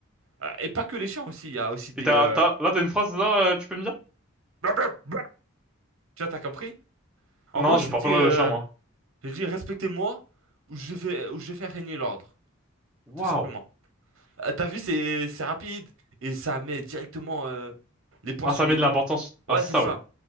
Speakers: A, on the right (about 80°); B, in the centre.
A: Euh, Et pas que les chiens aussi, il y a aussi des.
B: Et t'as,
A: euh,
B: t'as, là, t'as une phrase, là, euh, tu peux me dire?
A: blablabla. Tu vois, t'as compris? En
B: Non,
A: gros, je
B: je
A: t'ai
B: parle
A: dit.
B: pas le
A: euh,
B: chien, moi.
A: J'ai dit respectez-moi ou je vais ou je vais faire régner l'ordre, tout
B: Waouh.
A: simplement. Ah, T'as vu, c'est c'est rapide et ça met directement euh, les points
B: Ah,
A: sur
B: ça met
A: les
B: de l'importance.
A: i. Ouais,
B: Ah, c'est
A: c'est
B: ça,
A: ça.
B: oui.